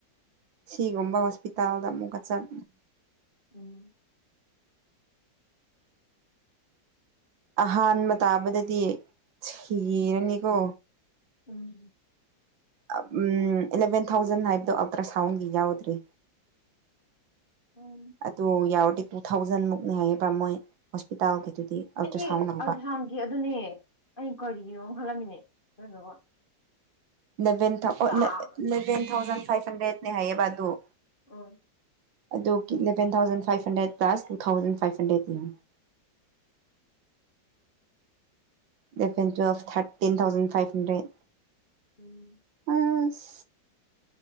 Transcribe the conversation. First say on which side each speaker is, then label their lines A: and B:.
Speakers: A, on the right; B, on the left.
A: ꯁꯤꯒꯨꯝꯕ ꯍꯣꯁꯄꯤꯇꯥꯜꯗ ꯑꯃꯨꯛꯀ ꯆꯠ
B: ꯎꯝ
A: ꯑꯍꯥꯟꯕ ꯇꯥꯕꯗꯗꯤ ꯁꯤꯔꯅꯤꯀꯣ
B: ꯎꯝ
A: ꯑꯦꯂꯚꯦꯟ ꯊꯥꯎꯖꯟ ꯍꯥꯏꯕꯗꯣ ꯑꯜꯇ꯭ꯔ ꯁꯥꯎꯟꯒꯤ ꯌꯥꯎꯗ꯭ꯔꯤ
B: ꯎꯝ
A: ꯑꯗꯨ ꯌꯥꯎꯔꯗꯤ ꯇꯨ ꯊꯥꯎꯖꯟ ꯃꯨꯛꯅꯤ ꯍꯥꯏꯌꯦꯗ ꯃꯣꯏ ꯍꯣꯁꯄꯤꯇꯥꯜꯒꯤꯗꯨꯗꯤ
B: ꯑꯦ
A: ꯑꯜꯇ꯭ꯔ
B: ꯑꯩꯗꯤ
A: ꯁꯥꯎꯟ ꯂꯧꯕ
B: ꯑꯜꯇ꯭ꯔꯥꯁꯥꯎꯟꯒꯤ ꯑꯗꯨꯅꯦ ꯑꯩ ꯀꯔꯤ ꯒꯤꯅꯣ ꯈꯟꯂꯝꯃꯤꯅꯦ ꯑꯗꯨꯗꯨꯒ
A: ꯂꯚꯦꯟ ꯊꯥꯎ <unintelligible>
B: ꯇꯥꯡ
A: ꯢꯂꯚꯦꯟ ꯊꯥꯎꯖꯟ ꯐꯥꯏꯚ ꯍꯟꯗ꯭ꯔꯦꯠꯅꯦ ꯍꯥꯏꯌꯦꯕ ꯑꯗꯨ
B: ꯑꯣꯢ
A: ꯑꯗꯨ ꯀꯤ eleven thousand five hundred plus two thousand five hundred ꯇꯨ ꯌꯦꯡꯑꯣ
B: <unintelligible>
A: eleven twelve thirteen thousand five hundred
B: ꯎꯝ
A: ꯑꯁ